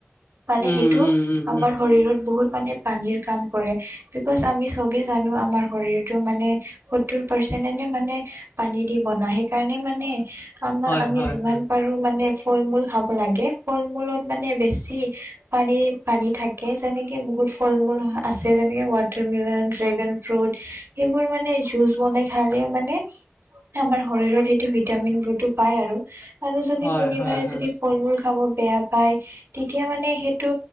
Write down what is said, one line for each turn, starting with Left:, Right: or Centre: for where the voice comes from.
Right: মানে
Left: উম,
Right: সেইটো
Left: উম, উম,
Right: আমাৰ
Left: উম,
Right: শৰীৰত বহুত পানীৰ কাম কৰে বিকজ আমি চবে জানো আমাৰ শৰীৰতটো মানে সত্তৰ পাৰ্চ যেনেনে মানে পানী দি বনোৱা সেইকাৰণে মানে আমাৰ
Left: হয়,
Right: আমি
Left: হয়,
Right: যিমান
Left: হয়,
Right: পাৰো মানে ফল-মূল খাব লাগে। ফল-মূলত মানে বেছি পানী-পানী থাকে যেনেকে। বহুত ফল-মূল আছে, যেনেকে ৱাটাৰ মিলন, ড্ৰেগন ফ্ৰুট সেইবোৰ মানে জুচ বনাই খ ভালে মানে আমাৰ শৰীৰত সেইটো ভিটামিন বোৰতো পায় আৰু, আৰু যদি
Left: হয়,
Right: কোনোবাই
Left: হয়, হয়,
Right: যদি ফল-মূল খাব বেয়া পায়, তেতিয়া মানে সেইটো